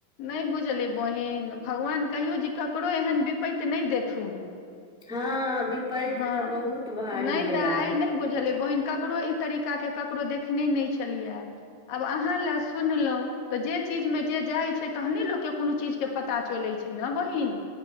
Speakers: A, on the left; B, in the centre.
A: नहि बुझली बहिन भगवान कहियौ जे ककरो एहन विप्त नहि देथुन
B: हँ विपैत
A: हाँ
B: तऽ बहुत भारी
A: नहि
B: देलथि
A: तऽ आइ नहि बुझलै बहिन ककरो ई तरीका के ककरो देख देखने नहि छलियै आब अहाँ ल सुनलहुं तऽ जे चीज मे जे जाइ छै तहने लोकके कोनो चीज के पता चलैत छी ना बहिन